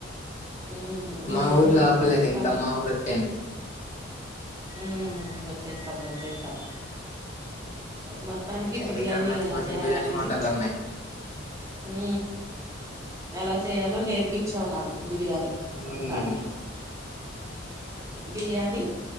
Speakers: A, on the right; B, on the left.
A: ఉమ్ బిర్యానీ
B: మా ఊర్లో
A: హోటల్స్
B: ఆపలేదు ఇంకా
A: కానీ
B: మా ఊరు వచ్చేయండి
A: ఉ వచ్చేస్తాం వచ్చేస్తాం మొత్తానికి
B: చేయండి
A: బిర్యానీ
B: ఇక్కడ మంచి
A: ఎలా
B: మంచి
A: చేయాలనేది
B: బిర్యానీ హోటళ్ళున్నాయి.
A: హ ఎలా చేయాలో నేర్పిచావు నాకు బిర్యానీ
B: హ్మ్.
A: మొత్తానికి బిర్యానీ